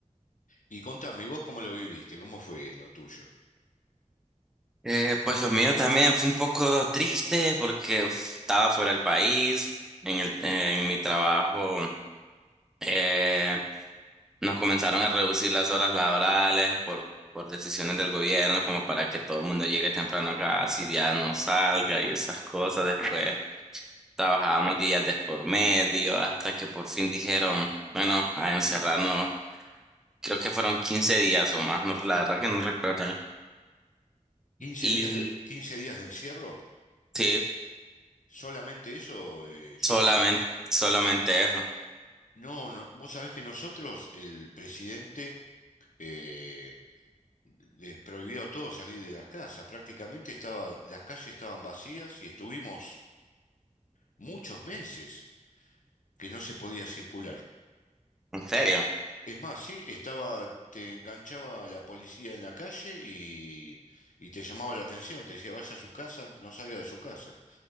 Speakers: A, on the left; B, in the centre.
A: Y contame, ¿y vos cómo lo viviste? ¿Cómo fue lo tuyo?
B: Eh, pues lo mío también fue un poco triste porque estaba fuera del país. En el, en mi trabajo, eh, nos comenzaron a reducir las horas laborales por, por decisiones del gobierno, como para que todo el mundo llegue temprano acá, si ya no salga y esas cosas después. Trabajábamos días de por medio hasta que por fin dijeron, bueno, a encerrarnos. Creo que fueron 15 días o más, no, la verdad que no recuerdo.
A: quince
B: Y
A: días de, quince días de encierro,
B: sí,
A: solamente eso, eh,
B: solamente,
A: Joker.
B: solamente eso.
A: No, no, vos sabés que nosotros, el presidente, eh, les prohibió a todos salir de las casas. Prácticamente estaba, las calles estaban vacías y estuvimos muchos meses que no se podía circular.
B: ¿En serio?
A: Es más, sí, estaba, te enganchaba la policía en la calle y, y te llamaba la atención, te decía, vaya a su casa, no salga de su casa.